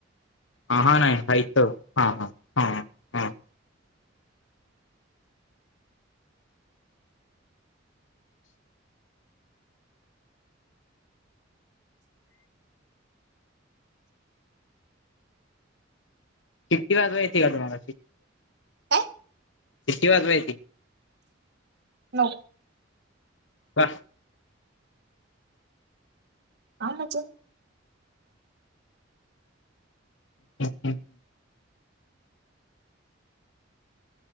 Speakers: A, on the left; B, on the right.
A: हा हा नाय हायतं हा हा हा. हा शिट्टी वाजवाय येती का तुम्हाला अशी?
B: काय
A: शिट्टी वाजवाय येती?
B: नो.
A: का?
B: का म्हणजे?
A: <unintelligible>